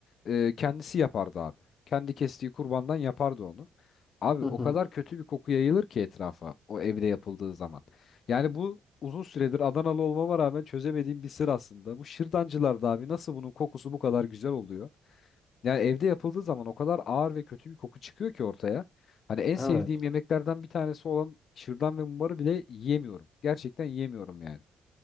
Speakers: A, on the left; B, on the left.
A: e, kendisi yapardı abi. Kendi kestiği kurbandan yapardı onu. Abi
B: Hı
A: o
B: hı.
A: kadar kötü bir koku yayılır ki etrafa o evde yapıldığı zaman. Yani bu uzun süredir Adanalı olmama rağmen çözemediğim bir sır aslında. Bu şırdancılarda abi nasıl bunun kokusu bu kadar güzel oluyor? Yani evde yapıldığı zaman o kadar ağır ve kötü bir koku çıkıyor ki ortaya. Hani en sevdiğim
B: Evet.
A: yemeklerden bir tanesi olan şırdan ve mumbarı bile yiyemiyorum. Gerçekten yiyemiyorum yani.